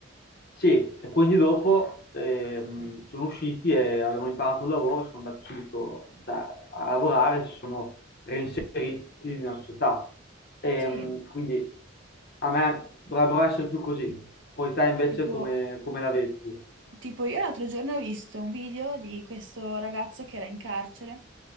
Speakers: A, on the left; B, on the right.
A: Sì, e quindi dopo ehm, sono usciti e avevano imparato un lavoro, sono andati subito cioè, a lavorare, si sono reinseriti nella società. Ehm,
B: Sì.
A: quindi a me dovrebbero essere più così. Poi te invece
B: Tipo,
A: come, come la vedi?
B: tipo io l'altro giorno ho visto un video di questo ragazzo che era in carcere.